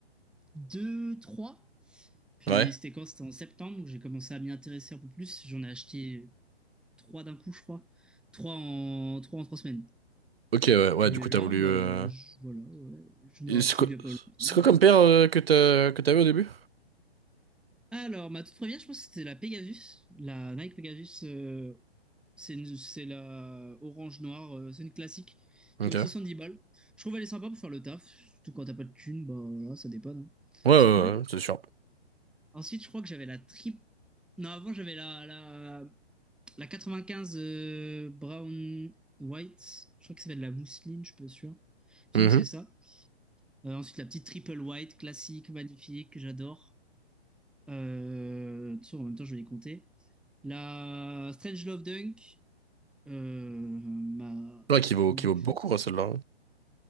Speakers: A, in the centre; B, on the right (about 60°).
A: 2, 3. Puis
B: Ouais.
A: c'était quand? C'était en septembre où j'ai commencé à m'y intéresser un peu plus. J'en ai acheté 3 d'un coup, je crois. Trois en trois en 3 semaines.
B: Ok, ouais, ouais,
A: Et
B: du coup
A: là,
B: t'as voulu...
A: bah,
B: euh,
A: je- voilà, ouais, je ai
B: et
A: racheté
B: C'est quoi,
A: il y a pas longtemps,
B: c'est quoi
A: voilà.
B: comme paire euh, que t'as, que t'avais au début?
A: Alors, ma toute première, je pense que c'était la Pegasus, la Nike Pegasus euh, C'est une- c'est la orange noire, euh, c'est une classique
B: Ok.
A: qui vaut
B: Ouais,
A: dix balles. Je trouve elle est sympa pour faire le taf, surtout quand t'as pas de thune, bah voilà, ça dépanne. hein.
B: ouais,
A: C'est
B: ouais,
A: cool.
B: c'est sûr.
A: Ensuite, je crois que j'avais la trip. Non, avant j'avais la, la, la 95 euh, Brown White. Je crois que ça s'appelle la mousseline, je suis pas sûr. Il me
B: Mhm.
A: semble que c'est ça. Euh, ensuite, la petite triple white, classique, magnifique, que j'adore. Euh, tu sais, en même temps, je vais les compter. La Strange Love Dunk. Euh, ma,
B: Ouais, qui vaut,
A: mon
B: qui
A: Bichou,
B: vaut beaucoup hein, celle-là. hein.